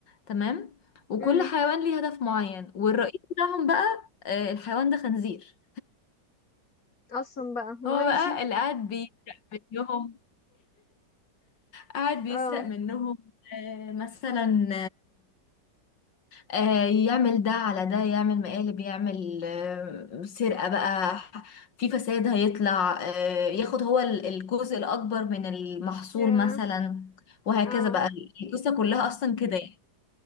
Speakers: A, on the left; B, on the left.
A: تمام وكل
B: امم
A: حيوان ليه هدف معين والرئيس بتاعهم بقى آه، الحيوان ده خنزير
B: اصلا بقى ماشي
A: هو بقى اللي قاعد بيسرق منهم قاعد بيسرق
B: اه
A: منهم آه، مثلا آه، يعمل ده على ده يعمل مقالب يعمل آه، سرقة بقى ح- في فساد هيطلع آه، ياخد هو ال- الجزء الأكبر من المحصول
B: يا
A: مثلا وهكذا
B: اه
A: بقى القصة كلها أصلا كده يعني